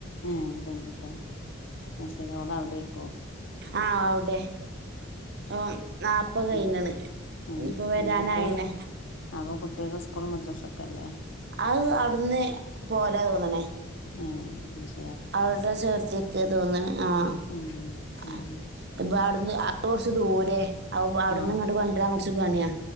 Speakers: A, on the left (about 70°); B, on the right (about 50°).
A: ഏഹ് പെൺക്കുട്ട്യാ അത് ശരി ഓള് അവ്ടേക്കും
B: ആഹ് ഓള് അവ്ടെ ഇപ്പം നാപ്പത് കഴിഞ്ഞ്ണ്
A: ഉം ആഹ്
B: ഇഞ്ഞ്പ്പൊ വരാനായിണ്
A: കുട്ടികള് അപ്പൊ കുട്ട്യേക്ക് സ്കൂളും മദ്രസൊക്കെ ഇല്ലേ
B: അത് അവ്ട്ന്ന് പോകലാ തോന്ന്ണ്
A: ആഹ് അത് ശെ
B: അവ്ടെ ചേർത്തേക്ക്യ തോന്ന്ണ് ആഹ്
A: ഉം അത്
B: ആഹ്
A: ശരി
B: ഇപ്പൊ അവ്ടുന്ന് അവ്ടെ കുറച്ച് ദൂരെ അവ്ടുന്ന്
A: ആഹ്
B: ഇങ്ങട്ട് കൊണ്ടരാൻ കൊറച്ച് പണ്യാ